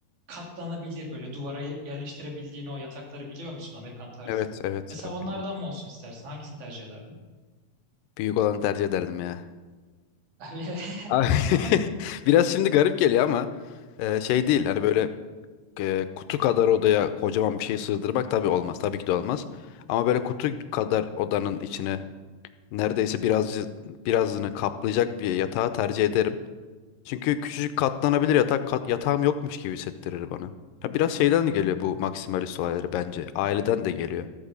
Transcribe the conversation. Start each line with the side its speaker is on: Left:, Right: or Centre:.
Right: katlanabilir böyle duvara ye- yerleştirebildiğin o yatakları biliyor musun Amerikan tarzı?
Left: Evet evet.
Right: Mesela
Left: evet,
Right: onlardan
Left: biliyorum.
Right: mı olsun istersin? Hangisini tercih ederdin?
Left: Büyük olanı tercih ederdim ya.
Right: Abi <laughs>
Left: Ay, <laughs>
Right: ama
Left: Biraz şimdi garip geliyor ama ee, şey
Right: Hı hı,
Left: değil. Hani böyle e, kutu kadar odaya kocaman bir şey sığdırmak tabii olmaz. Tabii ki de olmaz. Ama böyle kutu
Right: hı hı,
Left: kadar odanın içine neredeyse biraz birazını kaplayacak bir yatağı tercih ederim. Çünkü küçücük katlanabilir yatak kat- yatağım yokmuş gibi hissettirir bana. Ha, biraz şeyden de geliyor bu maksimalist olayları bence. Aileden de geliyor.